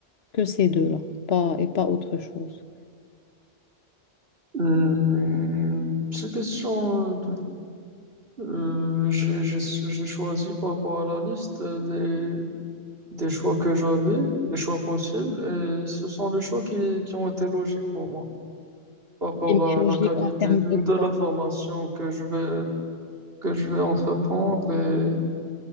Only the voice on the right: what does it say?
Hum, petite question. euh, de- euh, j'ai, j'ai, j'ai choisi par rapport à la liste euh, des, des choix que j'avais, des choix possibles, et ce sont les choix qui, qui ont été logiques pour moi par rapport
à la qualité
de,
de la
formation que je vais, que je vais entreprendre et,